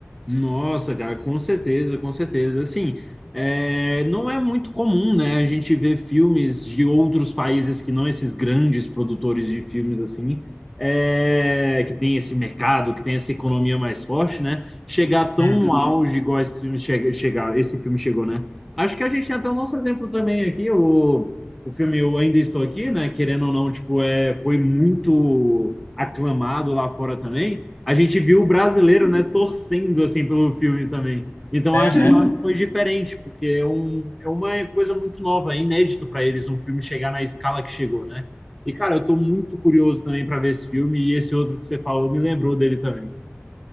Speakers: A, in the centre; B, on the left (about 60°).
A: Nossa, cara, com certeza, com certeza. Assim, é, não é muito comum, né, a gente ver filmes de outros países que não esses grandes produtores de filmes, assim, é, que tem esse mercado, que tem essa economia mais forte, né, chegar tão
B: Hum.
A: no Uhum. auge igual esse filme chega, chegar, esse filme chegou, né? Acho que a gente tem até o nosso exemplo também aqui, o, o filme Eu Ainda Estou Aqui, né, querendo ou não, tipo, é, foi muito aclamado lá fora também a gente viu o brasileiro, né, torcendo assim pelo filme também. Então
B: É,
A: acho
B: né?
A: que lá foi diferente, porque é, um, é uma coisa muito nova, é inédito para eles um filme chegar na escala que chegou, né? E cara, eu tô muito curioso também para ver esse filme e esse outro que você falou me lembrou dele também.